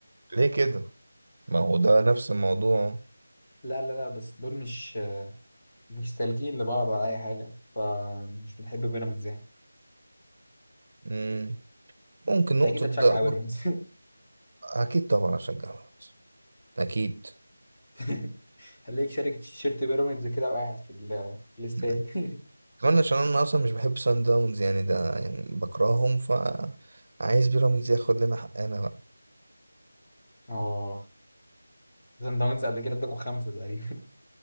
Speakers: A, on the right (about 40°); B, on the left (about 25°).
A: ليه كده؟ ما هو ده نفس الموضوع
B: لا لا لا بس دول مش مش سالكين لبعض ولا اي حاجه فمش بنحب بيراميدز يعني.
A: مم. ممكن
B: انت
A: نقطة
B: اكيد هتشجع
A: ده
B: بيراميدز
A: أكيد طبعا أشجع الأهلي. أكيد
B: <laughs> خليك شارك تيشيرت بيراميدز كده وقاعد في ال- في الاستاد
A: مم.
B: <laughs>
A: كمان عشان أنا أصلا مش بحب سان داونز يعني ده يعني بكرههم فعايز بيراميدز ياخد لنا حقنا بقى
B: اه سان داونز قبل كده اداكوا خمسة تقريبا